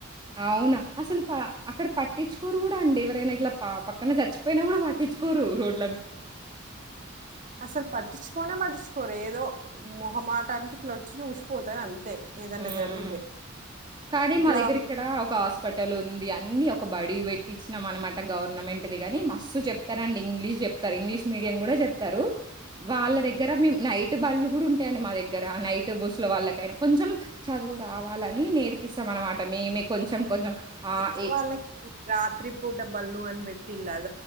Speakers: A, on the right; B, on the right.
A: అవునా అసలు ప అక్కడ పట్టిచ్చుకోరు కూడ అండి, ఎవరైనా ఇట్ల ప పక్కన చచ్చిపోయినా కూడా పట్టించుకోరు. రోడ్
B: అసలు పట్టిచ్చు కొనే పట్టిచ్చుకోరు ఏదో మొహమాటానికి ఇట్ల వచ్చి చూసిపోతరు అంతే. ఏదన్నా
A: ఉమ్,
B: జరుగుతే.
A: కానీ
B: ఇట్లా
A: మా దగ్గరిక్కడ ఒక హాస్పిటల్ ఉంది అన్ని ఒక్ ఒక బడి పెట్టించినాం అనమాట గవర్నమెంట్దిి గాని, మస్ చెప్తారండి ఇంగ్లీష్ చెప్తారు ఇంగ్లీష్ మీడియం కూడా చెప్తారు. వాళ్ళ దగ్గర మేము నైట్ బళ్ళు గు ఉంటాయని మా దగ్గర ఆ నైట్ బస్సుల వాళ్ళకైనా కొంచెం చదువు రావాలని నేర్పిస్తాం అనమాట మేమే కొంచెం కొంచెం ఆహ్,
B: పెద్ద
A: ఏ
B: వాళ్ళకి రాత్రి పూట బల్లు అని పెెట్టిల్ అది